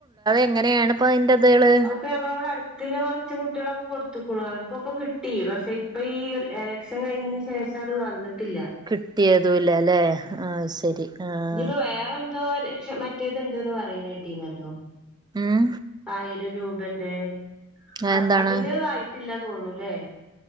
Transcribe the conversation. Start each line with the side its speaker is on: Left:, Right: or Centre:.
Right: അങ്ങനെയാണ് ഇപ്പ അയിന്റെതള്
Centre: അയ്പ്പൊ ഞങ്ങളോട അടുത്തിലാ വർ ന്റ് കുട്ടെളൊക്കെ കൊടുത്തക്കുന്നു അവർക്കൊക്കെ കിട്ടി പക്ഷെ ഇപ്പൊ ഈ എലക്ഷൻ കഴിഞി ശേഷം അത് വന്നിട്ടില്ല
Right: കിട്ടിയതുല്ലല്ലെ ആഹ് ശരി ആഹ്
Centre: ഇനിപ്പോ വേറെന്തോര് ക്ഷ മറ്റേത്ണ്ട്ന്ന് പറിണെട്ടിന്നല്ലോ
Right: ഉം
Centre: ആയിരം രൂപന്റെ
Right: അതെന്താണ്
Centre: ആ അതിന്റെ ആയിട്ടില്ല തോന്നൂല്ലേ